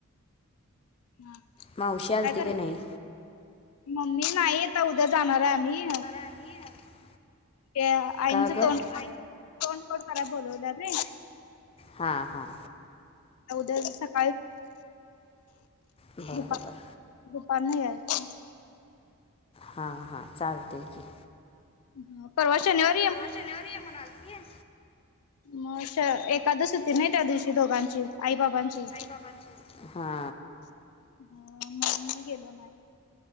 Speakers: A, on the left; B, on the left.
A: ना
B: मावशी आलती
A: काय करं
B: की नाही
A: मम्मी नाही आता उद्या जाणार आहे आम्ही
B: <unintelligible>
A: ते आईंचं
B: का गं
A: तोंड <inaudible> तोंडफोड कराय बोलवलं नाही.
B: हा हा.
A: उद्याच सक
B: बरं
A: दुपार
B: बरं.
A: दुपारनं यायचं.
B: हा हा चालतेय की.
A: हा परवा शनिवार
B: परवा शनिवारी ये मनालतीय.
A: म श एकादश होती नाही त्या दिवशी दोघांची आई बाबांची.
B: पाबांची हा.
A: हा म्हणून मग गेलो नाही,